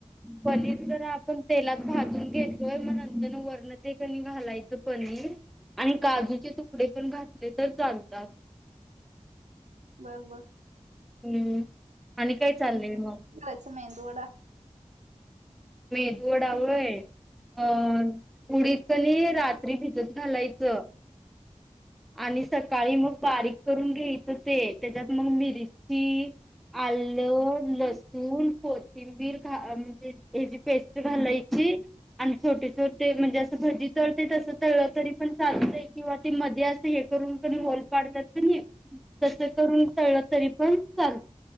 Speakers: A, in the centre; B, on the right.
A: पनीर जरा आपण तेलात भाजून घेतोय मग नंतर वर ते क घालायचं पनीर आणि काजूचे तुकडे पण घातले तर चालतात.
B: बर बर..
A: हम्म आणि काय चाललंय मग..
B: रच मेंदु वडा
A: मेंदु वडा व्हय अ उडीत कनी रात्री भिजत घालायचं. आणि सकाळी मग बारीक करून घ्यायचं ते त्याच्यात मग मिरची आलं लसूून कोथिं किबीरा म्हणजे हची पेस्ट्री घालायची. आणि छोटे छोटे म्हणजे जं भजी तळते तसं तळतरी पण चालते किंवा ती मध्ये असते. हे करून क ल पाडतात क नाही तस करून टळलं तरी पण चालत.